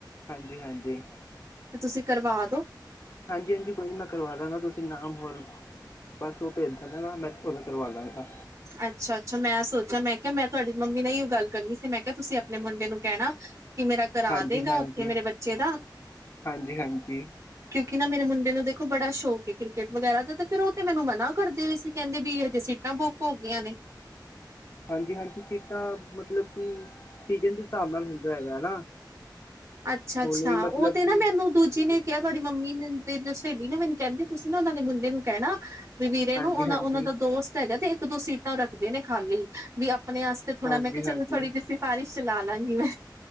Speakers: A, on the left; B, on the right.
A: ਹਾਂਜੀ- ਹਾਂਜੀ।
B: ਤੇ ਤੁਸੀਂ ਕਰਵਾ ਦੋ।
A: ਹਾਂਜੀ- ਹਾਂਜੀ ਕੋਈ ਨੀ ਮੈਂ ਕਰਵਾ ਦਾਂਗਾ ਤੁਸੀਂ ਨਾਮ ਹੋਰ ਬਸ ਉਹ ਭੇਜ ਦੇਨਾ ਨਾ, ਮੈਂ ਉਹਦਾ ਕਰਵਾ ਦਾਂਗਾ।
B: ਅੱਛਾ- ਅੱਛਾ ਮੈਂ ਸੋਚਿਆ ਮੈਂ ਕਿਹਾ ਮੈਂ ਤੁਹਾਡੀ ਮੰਮੀ ਨਾਲ ਏਈਓ ਗੱਲ ਕਰਨੀ ਸੀ ਮੈਂ ਕਿਹਾ ਤੁਸੀਂ ਆਪਣੇ ਮੁੰਡੇ ਨੂੰ ਕਹਿਣਾਂ। ਕੀ ਮੇਰਾ ਕਰਾਦੇਗਾ,
A: ਹਾਂਜੀ-ਹਾਂਜੀ,
B: ਉੱਥੇ ਮੇਰੇ ਬੱਚੇ ਦਾ
A: ਹਾਂਜੀ-ਹਾਂਜੀ,
B: ਕਿਉਂਕਿ ਨਾ ਮੇਰੇ ਮੁੰਡੇ ਨੂੰ ਦੇਖੋ ਬੜਾ ਸ਼ੌਕ ਏਂ, ਕ੍ਰਿਕਟ ਵਗੈਰਾ ਦਾ ਤੇ ਫ਼ਿਰ ਉਹ ਤੇ ਮੈਂਨੂੰ ਮਨਾ ਕਰਦੇ ਵੀ ਸੀਂ। ਕਹਿੰਦੇ ਵੀ ਹਜੇ ਸੀਟਾਂ ਬੁੱਕ ਹੋ ਗਈਆਂ ਨੇਂ।
A: ਹਾਂਜੀ- ਹਾਂਜੀ ਸੀਟਾਂ ਮੱਤਲਬ ਕਿ ਸੀਜ਼ਨ ਦੇ ਹਿਸਾਬ ਨਾਲ਼ ਹੁੰਦਾਂ ਹੈਗਾ ਨਾ।
B: ਅੱਛਾ, ਅੱਛਾ
A: ਹੁਣੇ
B: ਉਹ
A: ਮਤਲਬ
B: ਤੇ ਨਾ
A: ਕਿ
B: ਮੈਨੂੰ ਦੂਜੀ ਨੇ ਕਿਹਾ ਤੁਹਾਡੀ ਮੰਮੀ ਨੇ ਦੇ ਜੋ ਸਹੇਲੀ ਨਾ ਮੈਨੂੰ ਕਹਿੰਦੀ ਤੁਸੀਂ ਨਾ ਉਹਨਾਂ ਦੇ ਮੁੰਡੇ ਨੂੰ ਕਹਿਣਾ ਵੀ ਵੀਰੇ
A: ਹਾਂਜੀ-ਹਾਂਜੀ,
B: ਨੂੰ ਉਹ ਉਹਨਾਂ ਦਾ ਦੋਸਤ ਹੈਗਾ ਤੇ ਇੱਕ ਦੋ ਸੀਟਾਂ ਰੱਖਦੇ ਨੇ ਖਾਲੀ ਵੀ ਆਪਣੇ ਵਾਸਤੇ ਥੋੜਾ
A: ਹਾਂਜੀ-ਹਾਂਜੀ
B: ਮੈਂ ਕਿਹਾ ਚਲੋ ਥੋੜ੍ਹੀ ਜਿਹੀ ਸਿਫਾਰਿਸ਼ ਚਲਾ ਲਾਂਗੀ ਮੈਂ